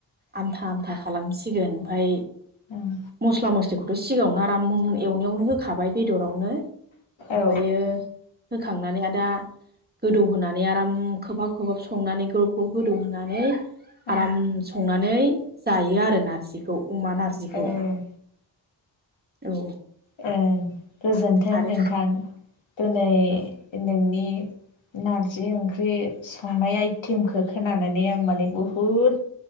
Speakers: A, on the right; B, on the left.
A: आमथा आमथा खालामसिगोन ओमफाय
B: उम
A: मस्ला मस्लिखौथ' सिगांङावनो आराम एवनायावनो होखाबाय बेदरावनो ओमफ्रायो
B: औ
A: होखांनानै आ दा गोदौहोनानै आराम खोबहाब खोबहाब संनानै ग्लब ग्लब गोदौहोनानै
B: उम
A: आराम संनानै जायो आरो नार्जिखौ अमा नार्जिखौ
B: ए
A: औ
B: ओं गोजोन्थों
A: आरो
B: नोंथां दोनै
A: औ
B: नोंनि नारजि ओंख्रि संनाय आइटेमखौ खोनानानै आं माने बुहुद